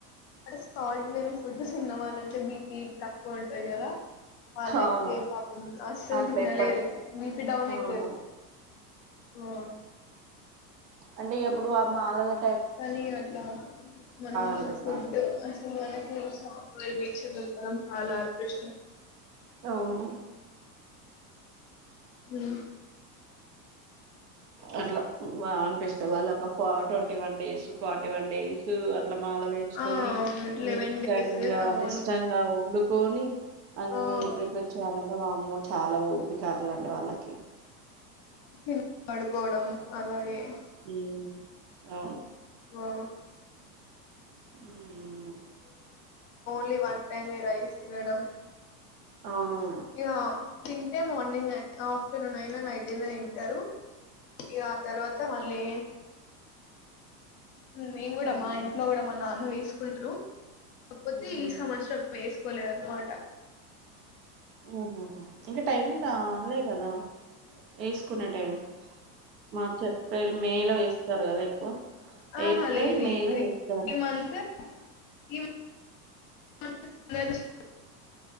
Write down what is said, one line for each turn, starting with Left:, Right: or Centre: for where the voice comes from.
Left: <inaudible> ఫుడ్ చిన్నవాళ్ళంటే బీపీ తక్కువ ఉంటుంది కదా వాళ్ళయితే
Right: అవును
Left: పాపం అస్సలు
Right: అట్లా
Left: తినలేరు
Right: ఇప్పటికి
Left: బిపి డౌన్
Right: అవును
Left: అయితది ఆ
Right: అంటే ఎప్పుడు ఆ మాలలు
Left: కానీ అట్లా మనం
Right: అనిపిస్తాంది
Left: ఫుడ్ అసలు మనకి <unintelligible> దొరకడం చాలా అదృష్టం
Right: అవును
Left: మ్
Right: అట్లా బా అనిపిస్త వాళ్ళకో ఫోటో టి one days forty one days అట్లా మాలలు వేసుకొని
Left: ఆ అవును
Right: నిష్టంగా
Left: లెవెన్ డేస్ అవును
Right: నిష్టంగా ఉండు కోనీ అన్ని
Left: ఆ
Right: ప్రిపేర్ చేల ద వామ్మో చాలా ఓపిక అంట్లాంటి వాళ్ళకి
Left: కిల్ పడుకోవడం అలాగే
Right: మ్ అవును
Left: ఆ
Right: ఉమ్,
Left: న్లీ వన్ టైమ్ ఎ రైస్ తినడం
Right: అవును
Left: య్య తింటె మార్నింగ్ ఆఫ్టర్నూన్ అయినా నైట్ అయినా తింటారు ఇగ ఆ తర్వాత మళ్ళీ మేము కూడా
Right: ఉహు,
Left: మా ఇంట్లో కూడా మా నాన్న వ తీకుంట్ర కాకపోతే
Right: ఉహు,
Left: ఈ సంవత్సరం వే వేసుకోలేదన్న మాట
Right: ఉహ ఇంకా టైం రాలే కదా వేసుకునే టైం మార్చ్ ఏప్రిల్ మే లో వే వేస్తారు కదా ఎక్కువ
Left: ఆ
Right: ఏప్రిల్
Left: హ లేదు
Right: మే లో వేస్తారు
Left: ఇ మంత్ ఈ మంత్ నుంచి